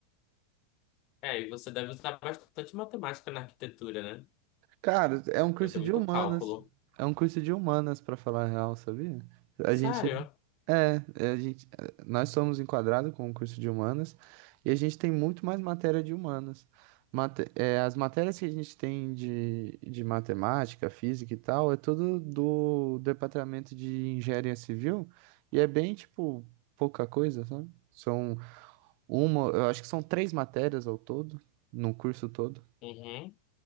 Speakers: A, on the left; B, on the right.
A: É, e você deve usar bastante matemática na arquitetura, né?
B: Cara, é um curso
A: Deve ter muito
B: de humanas.
A: cálculo.
B: É um curso de humanas, pra falar a real, sabia? A
A: Sério?
B: gente. É, é, a gente, é, nós somos enquadrados com o curso de humanas e a gente tem muito mais matéria de humanas. Mate- é, as matérias que a gente tem de, de matemática, física e tal, é tudo do departamento de engenharia civil e é bem, tipo, pouca coisa, sabe? São Uma, eu acho que são três matérias ao todo, no curso todo.
A: Uhum,